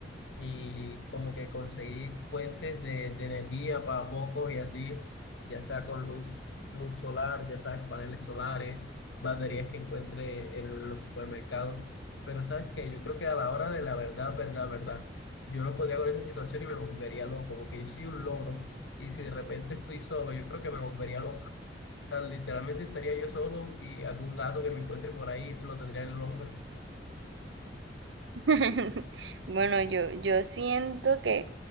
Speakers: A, on the left; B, on the right.
A: y como que conseguir fuentes de, de energía para focos y así, ya sea con luz, luz solar, ya sabes, paneles solares, baterías que encuentre en los supermercados. Pero sabes que yo creo que a la hora de la verdad, verdad, verdad, yo no podría con esa situación y me volvería loco, porque yo soy un logro y si de repente estoy solo, yo creo que me volvería loco. O sea, literalmente estaría yo solo y algún gato que me encuentre por ahí lo tendría en el hombro.
B: <laughs> Bueno, yo, yo siento que,